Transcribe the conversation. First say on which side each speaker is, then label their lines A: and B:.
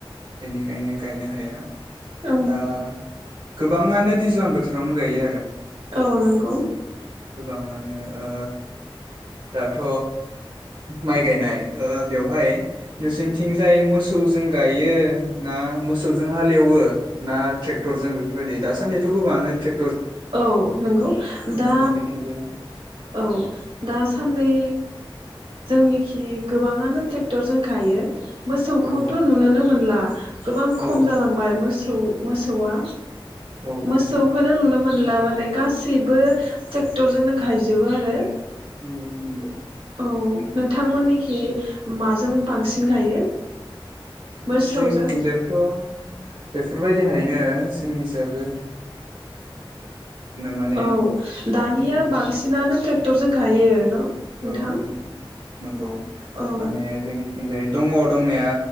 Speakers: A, on the right (about 55°); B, on the right (about 80°).
A: बेनिखायनो गायनो हाया
B: औ
A: दा गोबां नोंङानो दैज्लां बोथोरावनो गायो आरो
B: औ नंगौ
A: गोबाङानो ओ दाथ' माइ गायनाय ओ बेवहाय नोंसनिथिं जाय मोसौजों गायो ना मोसौजों हालेवो ना ट्रेक्टरजों बेफोरबायदि दा सान्दिथ' गोबाङानो टे
B: औ नंगौ दा
A: नोंसोरनिथिंजाय
B: औ दासान्दै जोंनिखि गोबाङानो ट्रेक्टरजों गायो मोसौखौथ'
A: औ
B: नुनोनो मोनला गोबां
A: औ
B: खम जालांबाय मोसौ मोसौआ
A: औ औ
B: मोसौखोनो नुनो मोन ला माने गासै सिबो
A: औ
B: ट्रे क्टरजोंनो गायजोबो आरो
A: औ नंगौ
B: औ नोंथांमोननिखि माजों बांसिन गायो मोसौजों
A: जोंनिथिंजायबोथ' बेफोरबायदि बिदिहायनो जोंनि जाबो माने
B: औ दानिया
A: औ
B: बांसिनानो ट्रेक्टरजों गायो न' नोंथां
A: औ औ नंगौ
B: औ
A: माने जोंनि जाय दङआव दंनाया